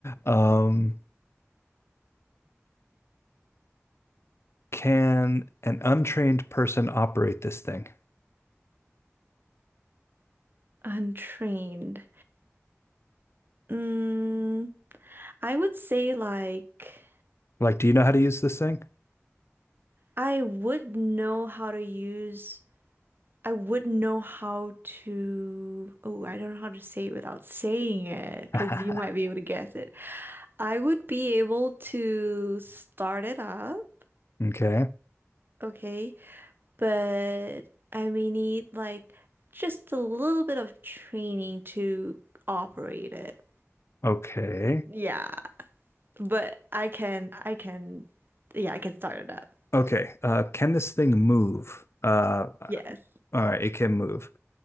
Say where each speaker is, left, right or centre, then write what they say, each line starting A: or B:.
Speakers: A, on the left; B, on the right.
A: Um, can an untrained person operate this thing?
B: Untrained. Mm, I would say like
A: Like, do you know how to use this thing?
B: I would know how to use. I wouldn't know how to. Oh, I don't know how to say it without saying it because
A: <laughs>
B: you might be able to guess it. I would be able to start it up,
A: Okay.
B: okay, but I may need like just a little bit of training to operate it.
A: Okay.
B: Yeah, but I can, I can, yeah, I can start it up.
A: Okay. Uh, can this thing move? Uh,
B: Yes,
A: all right, it can move.